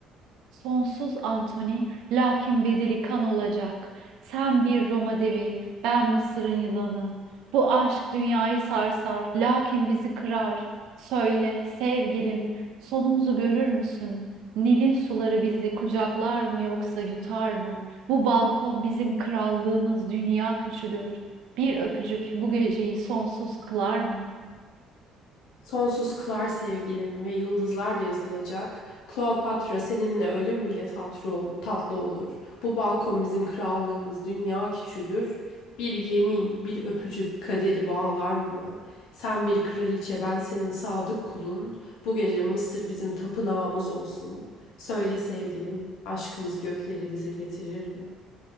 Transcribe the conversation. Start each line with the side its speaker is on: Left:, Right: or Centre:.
Right: Sonsuz Antoni, lakin bedeli kan olacak. Sen bir Roma devi, ben Mısır'ın yılanı. Bu aşk dünyayı sarsar, lakin bizi kırar. Söyle sevgilim, sonumuzu görür müsün? Nil'in suları bizi kucaklar mı yoksa yutar mı? Bu balkon bizim krallığımız, dünya küçülür. Bir öpücük bu geceyi sonsuz kılar mı?
Left: Sonsuz kılar sevgilim ve yıldızlar da yazılacak. Kleopatra seninle ölüm bile tatlı, ol- tatlı olur. Bu balkon bizim krallığımız, dünya küçülür. Bir yemin, bir öpücük kaderi bağlar mı? Sen bir kraliçe, ben senin sadık kulun. Bu gece Mısır bizim tapınağımız olsun. Söyle sevgilim, aşkımız gökleri dize getirir mi?